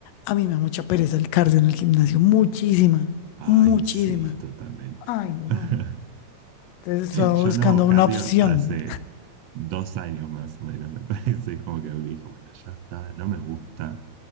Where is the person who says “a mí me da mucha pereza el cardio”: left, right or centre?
Left